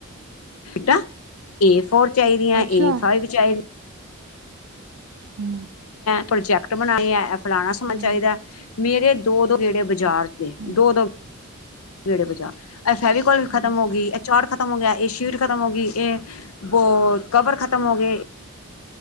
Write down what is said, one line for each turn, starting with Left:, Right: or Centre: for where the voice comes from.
Left: ਟਾ ਏ ਫੋਰ ਚਾਹੀਦੀਆਂ
Right: ਅੱਛਾ
Left: ਏ, ਫਾਈਵ ਚਾਹੀਦੀਆਂ।
Right: ਹੂ
Left: ਪ੍ਰੋਜੈਕਟ ਬਣਾਉਣੇ ਹੈ ਇਹ ਫਲਾਣਾ ਸਮਾਨ
Right: ਹੂੰ
Left: ਚਾਹੀਦਾ ਮੇਰੇ ਦੋ-ਦੋ ਗੇੜੇ ਬਾਜ਼ਾਰ। ਦੋ-ਦੋ
Right: ਹੂੰ
Left: ਗੇੜੇ ਬਜਾਰ, ਇਹ ਫੈਵਕੋਲ ਵੀ ਖਤਮ
Right: ਬਸ
Left: ਹੋ ਗਈ। ਚਾਟ ਖ਼ਤਮ ਹੋ ਗਿਆ, ਇਹ ਸ਼ੀਟ ਖਤਮ ਹੋ ਗਈ ਇਹ ਬੋ ਕਵਰ ਖਤਮ ਹੋ ਗਏ।